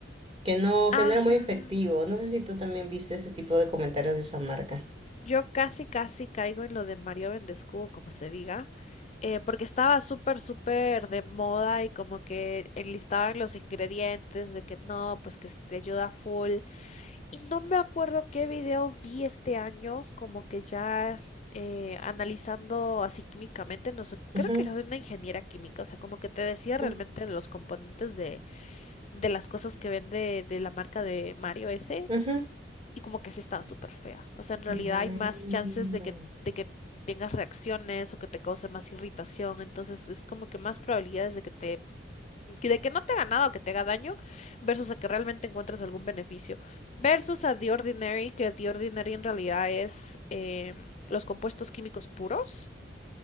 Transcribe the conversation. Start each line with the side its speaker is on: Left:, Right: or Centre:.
Right: que no,
Left: Ajá.
Right: que no era muy efectivo. No sé si tú también viste ese tipo de comentarios de esa marca.
Left: Yo casi, casi caigo en lo de Mario Vendescubo, como se diga, eh, porque estaba súper, súper de moda y como que enlistaban los ingredientes de que no, pues que si te ayuda full. Y no me acuerdo qué video vi este año, como que ya eh, analizando así químicamente, no sé, creo
Right: Ujú,
Left: que era de una ingeniera química, o sea, como que te decía realmente
Right: ujú,
Left: los componentes de de las cosas que vende de la marca de Mario ese
Right: ujú,
Left: y como que sí estaba súper fea. O sea, en realidad
Right: ujú,
Left: hay más chances de que, de que tengas reacciones o que te cause más irritación. Entonces es como que más probabilidades de que te, que- de que no te haga nada o que te haga daño versus a que realmente encuentres algún beneficio. Versus a The Ordinary, que The Ordinary en realidad es em, los compuestos químicos puros